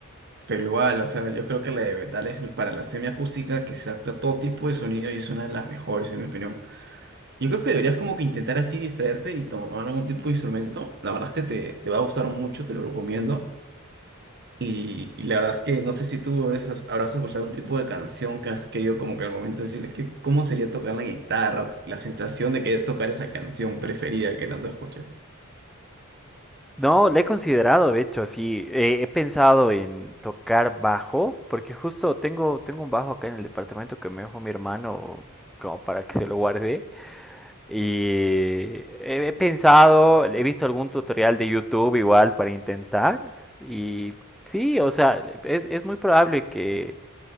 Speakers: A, on the right (about 55°); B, in the centre.
A: pero igual, o sea, yo creo que la de metal es para la semiacústica, que se adapta a todo tipo de sonido y es una de las mejores, en mi opinión. Yo creo que deberías como que intentar así distraerte y tomar algún tipo de instrumento. La verdad es que te, te va a gustar mucho, te lo recomiendo. Y, y la verdad es que no sé si tú a veces habrás escuchado un tipo de canción que has querido como que al momento decirles que cómo sería tocar la guitarra, la sensación de querer tocar esa canción preferida que tanto escuchas.
B: No, le he considerado, de hecho, sí. Eh, he pensado en tocar bajo, porque justo tengo, tengo un bajo acá en el departamento que me dejó mi hermano como para que se lo guarde. Y he, he pensado, he visto algún tutorial de YouTube igual para intentar. Y sí, o sea, es, es muy probable que